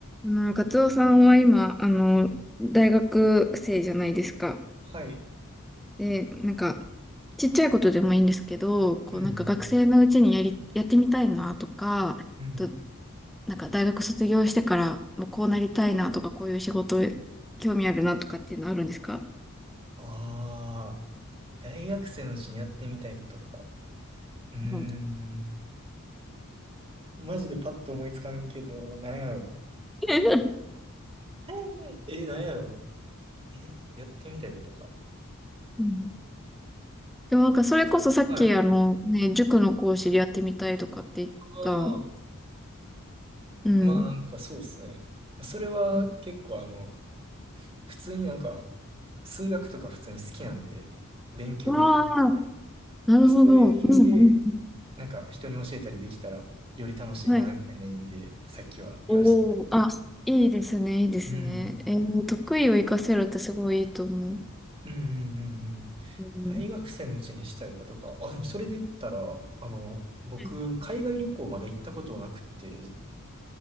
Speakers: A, in the centre; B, on the right.
A: あの、ガツオさんは今、あの、大学生じゃないですか。
B: はい。
A: で、なんか、ちっちゃいことでもいいんですけど、こう、
B: うん
A: なんか学生のうちにやり、やってみたいなとか、
B: うん。うん。
A: と、なんか大学卒業してから、もうこうなりたいなとか、こういう仕事、興味あるなとかっていうのあるんですか
B: ああ、大学生のうちにやってみたいことか。うーん。
A: うん。
B: マジでパッと思いつかんけど、なんやろ。
A: <laughs>
B: <laughs> えー、なんやろ。えー、やってみたいことか。
A: うんでもなんか、それこそさっき、
B: はい。
A: あの、ね、塾の講師でやってみたいとかって言った。
B: ああ、
A: うん。
B: まあなんかそうですね。それは結構あの、
A: うん。
B: 普通になんか、数学とか普通に好きなんで、勉強で、
A: わあ、なるほど。
B: そういう意味で、
A: うんうん。
B: なんか人に教えたりできたらより楽しいかなみたいな意味で、
A: はい。
B: さっきは言わせて。
A: おお、あ、いいですね、いいですね。
B: うん
A: えー得意を活かせるってすごいいいと思う。
B: うんうんうんうん。
A: うん。
B: 大学生のうちにしたいことか。あ、でもそれで言ったら、あの、僕、
A: はい
B: 海外旅行まだ行ったことなくて、